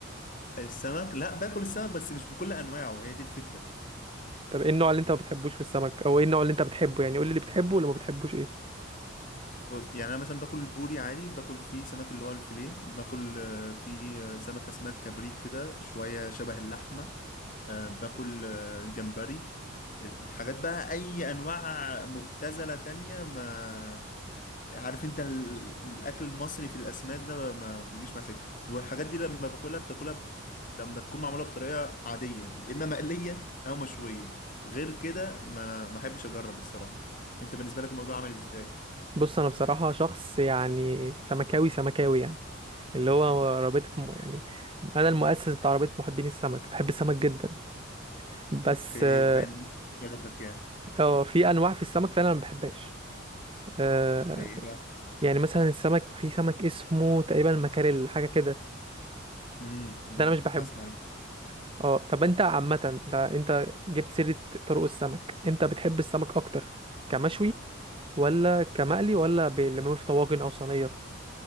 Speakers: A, on the left; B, on the right.
A: السمك لا باكل السمك بس مش بكل أنواعه هي دي الفكرة
B: طب ايه النوع اللي انت ما بتحبوش في السمك او ايه النوع اللي انت بتحبه يعني قول لي اللي بتحبه واللي ما بتحبوش ايه
A: بص يعني أنا مثلا باكل البوري عادي باكل فيه سمك اللي هو الفيليه باكل آه، فيه آه، سمك أسماك كبريت كده شوية شبه اللحمة آه، باكل آه، الجمبري الحاجات بقى اي انواع مختزلة تانية ما عارف انت ال- الاكل المصري في الاسماك ده ما ما بيجيش مع سكه والحاجات دي لما باكلها بتاكلها ب- لما تكون معموله بطريقه عاديه اما مقليه او مشويه غير كده ما ما احبش اجرب الصراحه انت بالنسبه لك الموضوع عامل ازاي
B: بص انا بصراحه شخص يعني سمكاوي سمكاوي يعني اللي هو رابطة م... يعني أنا المؤسس بتاع رابطة محبين السمك بحب السمك جدا بس
A: اوكي
B: آه
A: باين شغفك يعني
B: آه، في أنواع في السمك فعلا أنا ما بحبهاش آه
A: زي ايه بقى
B: يعني مثلا السمك في سمك اسمه تقريبا المكاريل حاجة كده
A: امم امم
B: ده أنا مش بحبه
A: اسمع
B: اه طب أنت عامة ده أنت جبت سيرة طرق السمك أنت بتحب السمك أكتر كمشوي ولا كمقلي ولا بيعملوه في طواجن أو صينية